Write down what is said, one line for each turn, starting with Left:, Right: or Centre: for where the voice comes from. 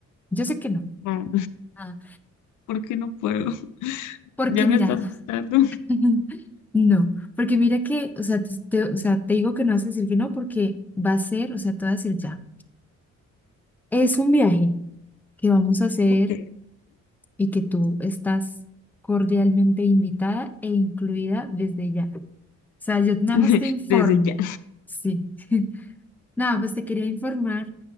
Centre: Yo sé que no.
Left: No,
Centre: Ah,
Left: ¿por qué no puedo? <laughs>
Centre: porque
Left: Ya me
Centre: mira,
Left: está asustando.
Centre: <laughs> no, porque mira que, o sea, te, te- o sea, te digo que no vas a decir que no porque va a ser, o sea, te voy a decir ya. Es un viaje que vamos a hacer
Left: Ok,
Centre: y que tú estás cordialmente invitada e incluida desde ya. sea, yo nada
Left: <laughs>
Centre: más te informo.
Left: desde ya.
Centre: Sí. <laughs> Nada, pues te quería informar